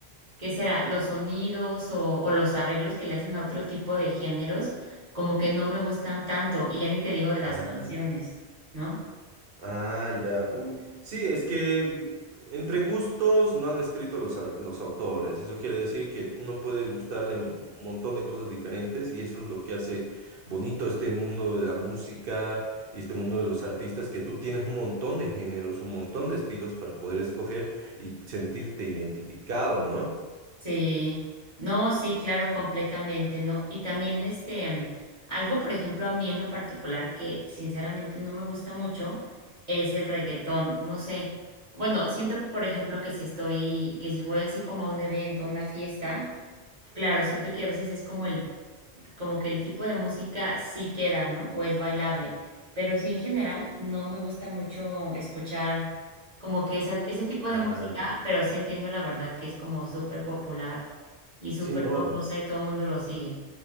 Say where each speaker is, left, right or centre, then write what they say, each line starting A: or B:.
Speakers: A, on the right (about 40°); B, on the right (about 65°).
A: ¿Qué será? Los sonidos o, o los arreglos que le hacen a otro tipo de géneros, como que no me gustan tanto, y ya ni te digo de las
B: Ah,
A: canciones,
B: ya.
A: ¿no?
B: Ah, ya. Uy. Sí, es que mm, entre gustos no han escrito los, au- los autores. Eso quiere decir que uno puede gustarle un montón de cosas diferentes y eso es lo que hace bonito este mundo de la música y este mundo de los artistas, que tú tienes un montón de géneros, un montón de estilos para poder escoger y sentirte identificado, ¿no?
A: Sí, no, sí, claro, completamente, ¿no? Y también este, algo, por ejemplo, a mí en lo particular que sinceramente no me gusta mucho es el reggaetón, no sé. Bueno, siento, por ejemplo, que si estoy, que si fue así como a un evento, a una fiesta, claro, siento que a veces es como el como que el tipo de música sí queda, ¿no? O es bailable. Pero sí, en general, no me gusta mucho escuchar como que esa- ese tipo
B: Ah,
A: de música,
B: ya.
A: pero sí entiendo la verdad que es como súper popular y súper
B: Sí, no.
A: famosa
B: eh.
A: y todo el mundo lo sigue.